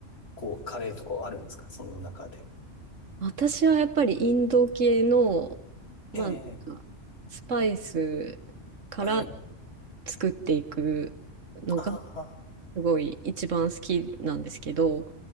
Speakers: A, on the left; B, on the right.
A: こう、カレーとかはあるんですかその中で。
B: 私はやっぱりインド系の、まあ、
A: ええ、
B: なんかスパイスから
A: はい。
B: 作っていくのが
A: あ
B: すごい一番好きなんですけど、